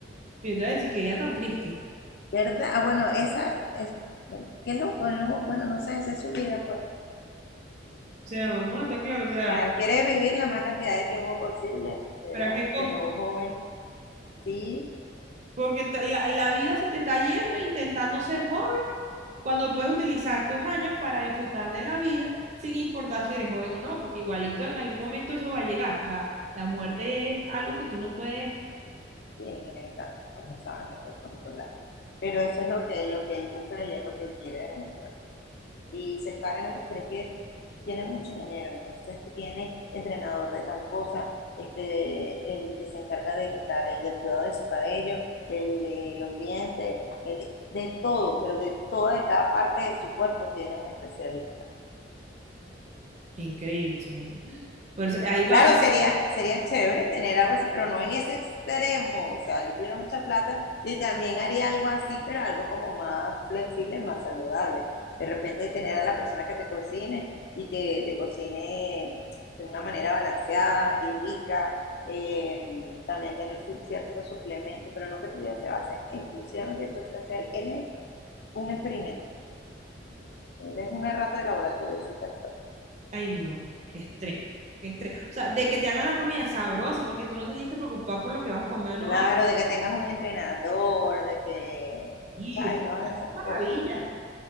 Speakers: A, on the right (about 35°); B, on the left (about 55°).
A: Y entonces, sí, que vida tan triste.
B: ¿Verdad? Ah, bueno, esa es, bueno, qué loco, no, bueno, no sé, esa es su vida, pues.
A: O sea, vamos a estar claros, o sea,
B: O sea, quiere vivir la más cantidad de tiempo posible, ¿verdad?
A: pero a qué costo,
B: Pero joven, sí,
A: porque te- la, la vida se te está yendo intentando ser joven, cuando puedes utilizar estos años para disfrutar de la vida, sin importar si eres joven o no, porque igualito en algún momento eso va a llegar, o sea, la muerte es algo que tú no puedes...
B: sí inevitable, pues no sabes, no puedes controlar. Pero eso es lo que, lo que él busca y es lo que él quiere demostrar. y se está ganando, pero es que tiene mucho dinero, entonces tiene entrenador de tal cosa, este, el que se encarga del cabello, del cuidado de su cabello, el de los dientes, el de, de todo, pero de toda, de cada parte de su cuerpo tiene un especialista.
A: Qué increíble, Samuel. Por eso, ahí vamos.
B: Claro, sería, sería chévere tener algo así, pero no en ese extremo. O sea, yo tuviera mucha plata y también haría algo así, pero algo como más flexible, más saludable. De repente tener a la persona que te cocine y que te cocine de una manera balanceada y rica. eh, también tener ci- ciertos suplementos, pero no que tu vida se base exclusivamente en eso. O sea, él es un experimento. Él es una rata de laboratorio, sí, tal
A: Ay, no, qué estrés, qué estrés. O sea, de que te hagan la comida sabrosa, porque tú no te tienes que preocupar por lo que vas a comer o no
B: Claro,
A: vas a
B: de que tengas un entrenador, de que,
A: ir.
B: ¿sabes? Todas esas
A: Maravilla.
B: cosas.